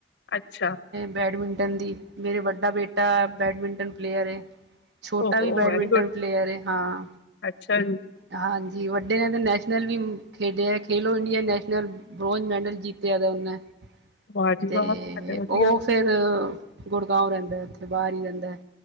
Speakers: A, on the left; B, on the right.
A: ਅੱਛਾ
B: ਬੈਡਮਿੰਟ ਦੀ ਮੇਰੇ ਵੱਡਾ ਬੇਟਾ ਬੈਡਮਿੰਟਨ ਪਲੇਅਰ ਹੈ ਛੋਟਾ
A: ਓਹੋ
B: ਵੀ ਬੈਡਮਿੰਟਨ
A: ਵੈਰੀ ਗੁੱਡ
B: ਪਲੇਅਰ ਏ ਹਾਂ
A: ਅੱਛਾ ਜੀ
B: ਹਾਂਜੀ ਵੱਡੇ ਨੇ ਤਾਂ ਨੈਸ਼ਨ ਨਲ ਵੀ ਖੇਡਿਆ Khelo India national bronze medal ਜਿੱਤਿਆ ਉਹਨੇ
A: ਵਾਹ ਜੀ
B: ਤੇ
A: ਵਾਹ ਵਧੀਆ
B: ਉਹ ਫੇਰ ਗੁੜਗਾਵ ਰਹਿੰਦੇ ਉਥੇ ਅਤੇ ਬਾਹਰ ਹੀ ਰਹਿਦਾ ਹੈ